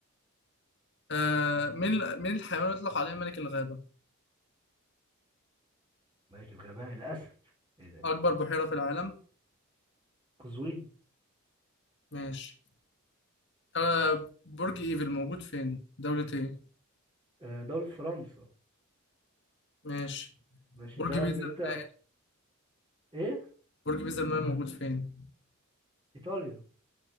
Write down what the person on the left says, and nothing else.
آه من من الحيوان يطلق عليه ملك الغابة
اكبر بحيرة في العالم
ماشي آه برج ايفل موجود فين دولة ايه
ماشي
برج
بيزا
المائل
برج بيزا المائل موجود فين